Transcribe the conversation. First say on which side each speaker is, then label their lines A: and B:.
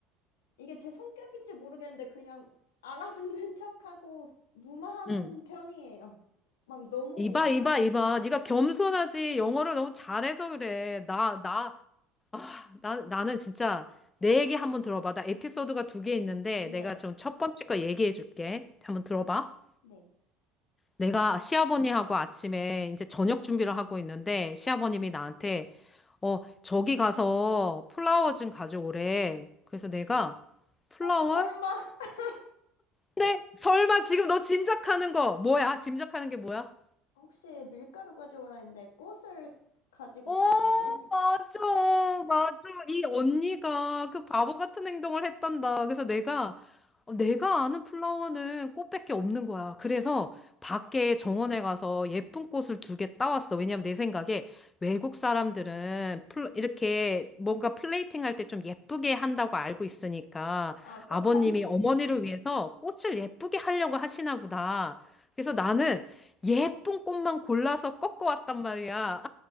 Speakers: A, on the left; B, on the left.
A: 이게 제 성격인지 모르겠는데, 그냥 알아듣는 <laughs> 척하고 무마하는
B: 응.
A: 편이에요. 막 너무
B: 이봐,
A: 못 알아듣지.
B: 이봐, 이봐. 네가 겸손하지. 영어를 너무 잘해서 그래. 나, 나, 나, 나는 진짜 내 얘기 한번 들어봐. 나 에피소드가 두 개 있는데
A: 네네.
B: 내가 좀 첫 번째 거 얘기해 줄게. 한번 들어봐.
A: 네.
B: 내가 시아버님하고 아침에 이제 저녁 준비를 하고 있는데 시아버님이 나한테 어, 저기 가서 플라워 좀 가져오래. 그래서 내가 플라워?
A: 어, 설마? <laughs>
B: 근데 설마 지금 너 짐작하는 거 뭐야? 짐작하는 게 뭐야?
A: 혹시 밀가루 가져오라 했는데, 꽃을 가지고
B: 어,
A: 가셨나요?
B: 맞아, 맞아. 이 언니가 그 바보 같은 행동을 했단다. 그래서 내가, 어, 내가 아는 플라워는 꽃밖에 없는 거야. 그래서 밖에 정원에 가서 예쁜 꽃을 두 개 따왔어. 왜냐면 내 생각에 외국 사람들은 플- 이렇게 뭔가 플레이팅 할 때 좀 예쁘게 한다고 알고 있으니까
A: 아, 꽃장.
B: 아버님이 어머니를 위해서 꽃을 예쁘게 하려고 하시나 보다. 그래서 나는 예쁜 꽃만 골라서 꺾어왔단 말이야.